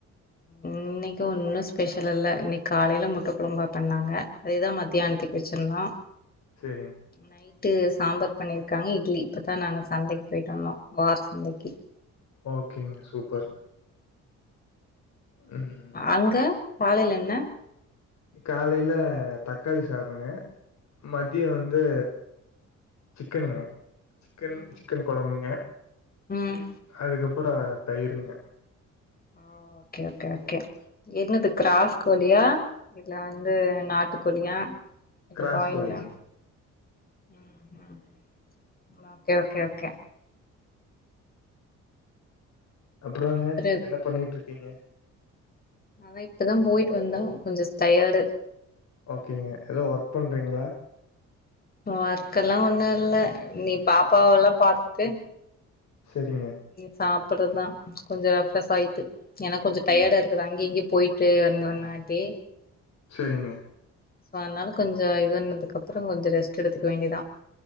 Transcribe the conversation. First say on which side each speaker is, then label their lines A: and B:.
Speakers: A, on the left (about 30°); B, on the left (about 65°).
A: இன்னைக்கு ஒன்னு ஸ்பெஷல் இல்ல இன்னைக் காலைல முட்டக்கொழம்பு பண்ணாங்க அதேதா மத்தியான்த்துக் வெச்சிர்ந்தோ
B: சரிங்க.
A: நைட்டு சாம்பார் பண்ணிருக்காங்க இட்லி இப்பதா நாங்க சந்தைக்கு போய்ட்டு வந்தோ வார சந்தைக்கு
B: ஓகேங்க சூப்பர் ம்.
A: அங்க காலைல என்ன
B: காலைல தக்காளி சாதொங்க மதியோ வ ந்து சிக்கனுங்க சிக்கன்
A: ம்
B: சிக்கன் கொழம்புங்க
A: ம்
B: அதுக்கப் அப்புற தயிருங்க
A: ஓ ஓகே ஓகே ஓகே என்னது க்ராஸ் கோழியா இல்ல வந்து நாட்டு கோழியா இல்ல
B: கிராஸ்
A: பாய்லரா
B: கோழிங்க.
A: ம் ம் ஓகே ஓகே ஓகே
B: அப்புறங்க
A: திரு
B: என்ன பண்ணிட்ருக்கீங்க
A: அதா இப்பதா போய்ட்டு வந்தோ கொஞ்சஸ் டயடு
B: ஓகேங்க எதோ ஒர்க் பண்றீங்ளா
A: ஒர்க்கெல்லா ஒண்ணு இல்ல நீ பாப்பாவல்லா பாத்துட்டு
B: சரிங்க.
A: ம் சாப்பற்றத்தா கொஞ்சோ ஃப்ரெஸ் ஆயி ட்டு எனக் கொஞ்சு டயடா இருக்குதா அங்கய இங்கய போய்ட்டு வந்தோனாட்டி
B: சேரிங்க
A: சோ அத்னால கொஞ்சோ இதண்ணதுக்கப்பறொ கொஞ்சொ ரெஸ்ட்டு எடுத்துக்க வேண்டியதா